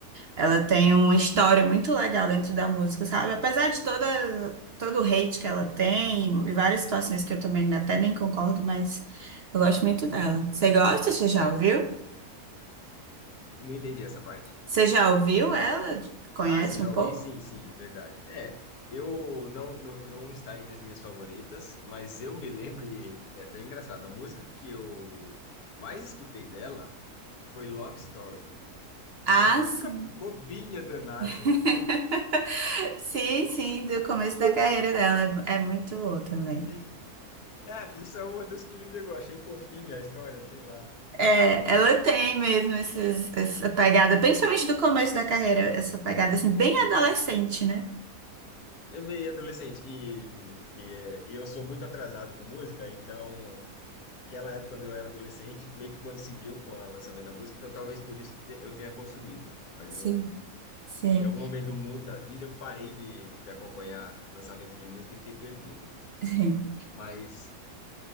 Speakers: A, on the right; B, on the left.
A: ela tem uma história muito legal dentro da música, sabe? Apesar de toda, todo o hate que ela tem e várias situações que eu também até nem concordo, mas eu gosto muito dela. Você gosta? Você já
B: É,
A: ouviu?
B: não entendi essa parte.
A: Você já ouviu ela? Conhece
B: Ah, você já
A: um pouco?
B: ouvi? Sim, sim, verdade. É, eu não, não, não está entre as minhas favoritas, mas eu me lembro, e é até engraçado, a música que eu mais escutei dela foi Love Story,
A: Ah,
B: que é uma música
A: sim.
B: bobinha danada.
A: <laughs> Sim, sim, do começo da carreira dela. É é muito boa também.
B: Sim. É, essa é uma das que me pegou, achei fofinha a história, sei lá.
A: É, ela tem mesmo esses- essa pegada, principalmente do começo da carreira, essa pegada assim, bem adolescente, né?
B: É meio adolescente e, e, é- e eu sou muito atrasado com música, então Aquela época, quando eu era adolescente, meio que coincidiu com o lançamento da música, então talvez por isso te- eu tenha consumido. Mas
A: Sim.
B: no,
A: Sim,
B: em algum momento do mundo da vida, eu parei de, de acompanhar o lançamento de música e fiquei perdido.
A: sim.
B: Mas